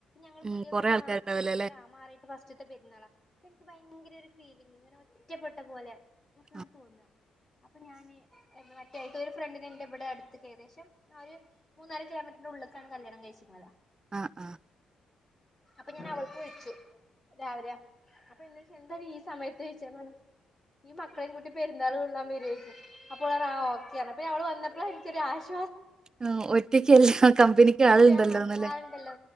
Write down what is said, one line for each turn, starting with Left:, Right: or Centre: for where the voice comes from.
Left: ഞങ്ങൾ
Right: ഉം
Left: പുതിയ
Right: കൊറെ
Left: വീട്
Right: ആൾക്കാരുണ്ടാവല്ലോ
Left: മ വെച്ച്
Right: അല്ലേ
Left: മാറി ഫസ്റ്റത്തെ പെരുന്നാള എനിക്ക് ഭയങ്കര ഒരു ഫീലിംങ്ങ് ഇങ്ങനെ ഒറ്റപ്പെട്ട പോലെ നക്ക്
Right: ആ
Left: തോന്നാ അപ്പൊ ഞാന് എന്റെ മ കൃത്യായിട്ട് ഒര് ഫ്രണ്ടിനെ എന്റെ ഇവ്ടെ അടുത്ത് ഏകദേശം ഒരു മൂന്നാല് കിലോമീറ്ററിന്റെ ഉള്ള്ക്കാണ് കല്യാണം കഴിച്ചിക്ക്ണത്
Right: ആഹ് ആഹ്
Left: ഇപ്പ അവൾക്ക് വിളിച്ചു രാവിലെയാ അപ്പൊ എന്നോട് എന്താടി ഈ സമയത്ത് ചോയിച്ച ഈയ്യ് മക്കളെയും കൂട്ടി പെരുന്നാള് കൊള്ളാൻ വര്വൊ ചോയിച്ചു അപ്പ ഓള് പറഞ്ഞു ആ ഓക്കെ പിന്നെ അവള് വന്നപ്പോഴ എനിക്കൊര് ആശ്
Right: ആ ഒറ്റക്ക്ല്ല കമ്പനിക്ക് ആളുണ്ടല്ലോന്ന്ലെ
Left: ആ ആളുണ്ടല്ലോ